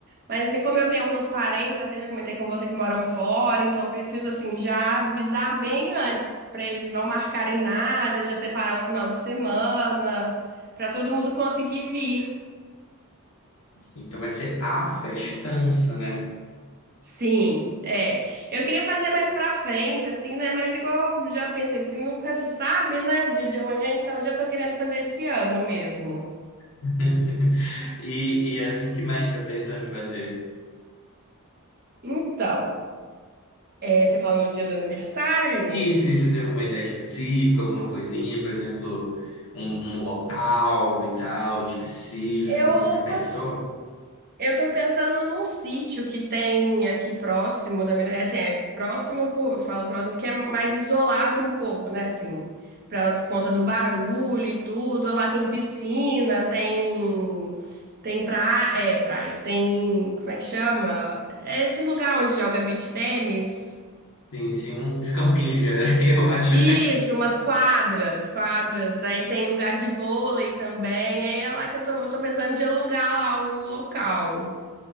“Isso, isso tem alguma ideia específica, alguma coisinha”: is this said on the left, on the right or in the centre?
Left